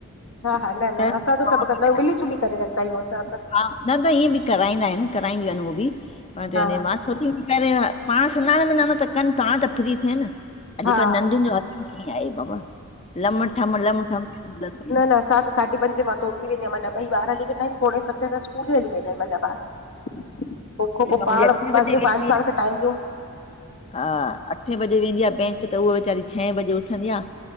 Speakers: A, on the left (about 65°); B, on the left (about 30°).
A: हा- हा, न- न,
B: कर।
A: असां त सभु कंदा आहियूं मिली- जुली करे रखदा आहियूं असां त।
B: हा, न त इअं बि कराईंदा आहिनि, कराईंदियूं आहिनि हो बि, पाण चयोे
A: हा
B: मां सोचींदी पाण सिनान- विनान त कनि, पाण त फ्री थियन। अॼुकल्ह
A: हा
B: नंढियुनि जो हथ कींअ आई बाबा, लम ठम ल थ म <unintelligible>
A: परसाद सा <unintelligible> पंजे मां त उथी वेंदी आयां मां जा ॿई ॿार हली वेंदा आहिनि। पोणे सतें त स्कूल ई हली वेंदा आहिनि मांजा ॿार। तैंखो
B: जेका
A: पोइ
B: मुंहिंजी
A: पाण,
B: अठे
A: पंहिंजो
B: बजे वेंदी
A: पाण,
B: आहे,
A: पाण खे टाइम ॾियूं।
B: हा अठे बजे वेंदी आह बैंक, त उहा वेचारी छहें बजे उथंदी आह।